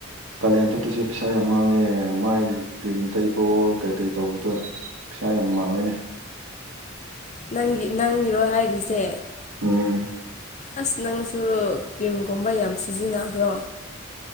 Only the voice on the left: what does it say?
ꯅꯪꯒꯤ ꯅꯪꯒꯤꯔꯣ ꯍꯥꯏꯔꯤꯁꯦ
ꯑꯁ ꯅꯪꯁꯨ ꯀ꯭ꯔꯤꯝꯒꯨꯝꯕ ꯌꯥꯝ ꯁꯤꯖꯤꯟꯅꯕ꯭ꯔꯣ